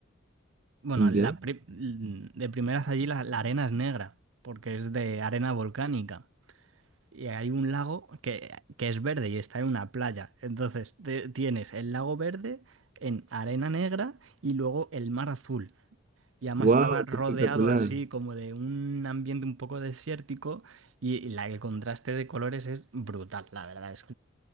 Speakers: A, on the right; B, on the right.
A: Bueno,
B: ¿Ya?
A: la pri- de primeras allí la, la arena es negra, porque es de arena volcánica. Y hay un lago que, que es verde y está en una playa. Entonces, te- tienes el lago verde en arena negra y luego el mar azul. Y además
B: wow,
A: estaba rodeado
B: qué espectacular.
A: así como de un ambiente un poco desértico y y la, el contraste de colores es brutal, la verdad. Es,